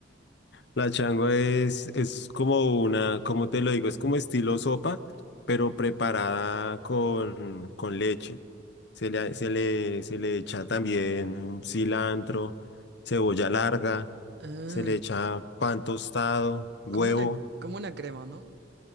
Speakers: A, on the left; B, on the right.
A: La changua es, es como una, como te lo digo, es como estilo sopa, pero preparada con, con leche. Se le, se le, se le echa también cilantro, cebolla larga,
B: Ah,
A: se le echa pan tostado, huevo.
B: Como una, como una crema, ¿no?